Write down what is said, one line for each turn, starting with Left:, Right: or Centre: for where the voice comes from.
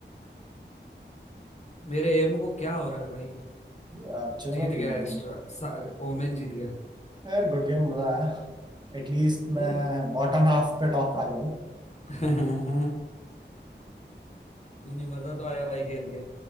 Left: मेरे एम को क्या हो रहा है भाई
Right: यार चलो
Left: जीत
Right: गेम
Left: गया
Right: खत्म
Left: एस्ट्रा सा- ओमेन जीत गया
Right: यार गुड गेम मजा आया एटलीस्ट
Left: नहीं
Right: मैं बॉटम हाफ पे टॉप आ गया हूँ
Left: <laughs> नहीं नहीं मजा तो आया भाई खेल के